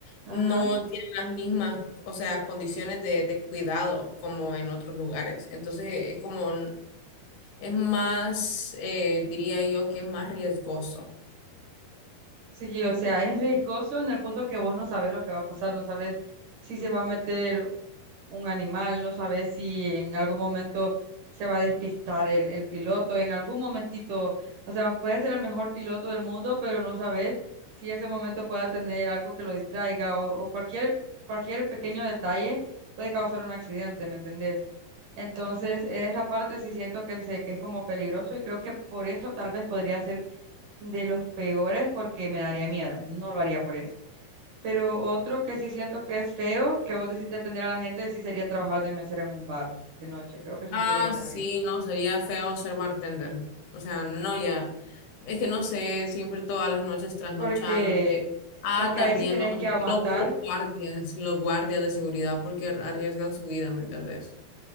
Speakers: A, on the right (about 70°); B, on the left (about 80°).
A: Ajá.
B: no tienen las mismas, o sea, condiciones de, de cuidado como en otros lugares. Entonces, es como, Es más, eh, diría yo que es más riesgoso.
A: Sí, o sea, es riesgoso en el punto que vos no sabes lo que va a pasar, no sabes si se va a meter un animal, no sabes si en algún momento se va a despistar el, el piloto, en algún momentito, o sea, puede ser el mejor piloto del mundo, pero no sabes si ese momento pueda tener algo que lo distraiga o, o cualquier, cualquier pequeño detalle puede causar un accidente, ¿me entendés? Entonces, en esa parte sí siento que, se, que es como peligroso y creo que por eso tal vez podría ser de los peores porque me daría miedo, y no lo haría por eso. Pero otro que sí siento que es feo, que vos decís de atender a la gente, sí sería trabajar de mesera en un bar de noche. Creo que eso
B: Ah,
A: sí sería terrible.
B: sí, no, sería feo ser bartender. O sea, no, ya. Es que no sé, siempre todas las noches trasnochándote.
A: Porque,
B: Ah,
A: porque
B: también
A: ahí sí tenés
B: los,
A: que aguantar,
B: los- los guardias, los guardias de seguridad porque arriesgan su vida, ¿me entendés?